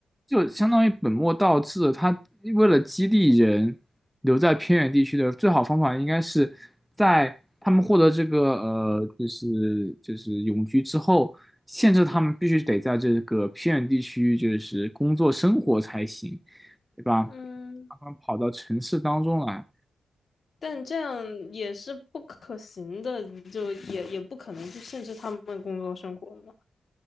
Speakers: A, in the centre; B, on the left.
A: 就相当于本末倒置了他为了激励人留在偏远地区的最好方法，应该是在他们获得这个呃，就是就是永居之后，限制他们必须得在这个偏远地区就是工作生活才行，对吧？
B: 嗯，
A: 他们跑到城市当中来，
B: 但这样也是不可行的，就也也不可能去限制他们的工作生活嘛。